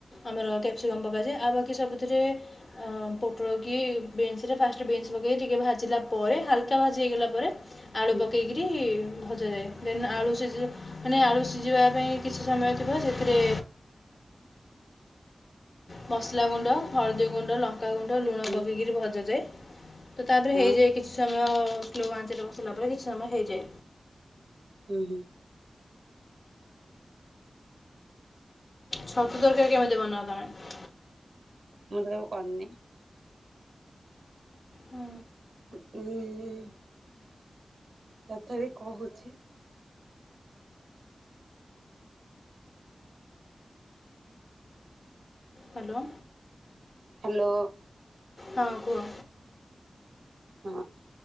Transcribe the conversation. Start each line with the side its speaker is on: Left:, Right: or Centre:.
Left: ଆମର କ୍ୟାପ୍ସିକମ୍ ପକାଯାଏ ଆଉ ବାକି ସବୁଥିରେ ହଁ ପୋଟଳ କିି ବିନ୍ସରେ ଫାଷ୍ଟ ବିନ୍ସ ପକେଇ ଟିକେ ଭାଜିଲା ପରେ ହାଲକା ଭାଜି ହେଇଗଲା ପରେ ଆଳୁ
Right: ହୁଁ
Left: ପକେଇକିରି ଭଜାଯାଏ। ଦେନ୍ ଆଳୁ ସିଜି ମାନେ ଆଳୁ ସିଝିବା ପାଇଁ କିଛି ସମୟ ଥିବ ସେଥିରେ ମସଲାଗୁଣ୍ଡ ହଳଦୀଗୁଣ୍ଡ ଲଙ୍କାଗୁଣ୍ଡ ଲୁଣ
Right: ହୁଁ
Left: ପକେଇକିରି ଭଜାଯାଏ ତ ତାପରେ
Right: ହଁ
Left: ହେଇଯାଏ। କିଛି ସମୟ ସ୍ଲୋ ବାଞ୍ଚରେ ବସିଲା ପରେ କିଛି ସମୟ ହେଇଯାଏ।
Right: ହୁଁ ହୁଁ।
Left: ଛତୁ ତରକାରୀ କେମିତି ବନାଅ ତମେ?
Right: ମୁଁ ତ କେବେ କର୍‌ନି।
Left: ହୁଁ
Right: ଉଁ ତଥାପି କହୁଚି।
Left: ହ୍ୟାଲୋ
Right: ହ୍ୟାଲୋ
Left: ହଁ କୁହ।
Right: ହଁ